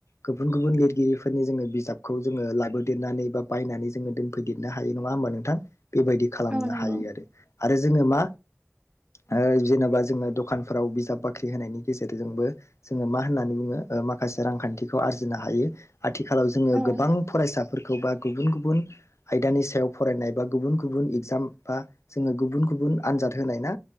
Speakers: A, on the left; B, on the right.
A: गुबुन गुबुन लिरगिरिफोरनि जोङो बिजाबखौ जोङो लाबो फेदेरनानै बा बायनानै जोङो दोनफैदेरनो हायो नङा होमबा नोंथां बेबायदि खालामनो
B: औ नंगौ
A: हायो आरो आरो जोङो मा ओ जेनेबा जोङो दखानफोराव बिजाब बाख्रि होनायनि गेजेरजोंबो जोङो मा होननानै बुङो माखासे रांखान्थिखौ आरजिनो हायो। आथिखालाव जोङो
B: औ
A: गोबां फरायसाफोरखौ बा गुबुन गुबुन आयदानि सायाव फरायनाय बा गुबुन गुबुन इगजाम बा जोंङो गुबुन गुबुन आनजाद होनाय ना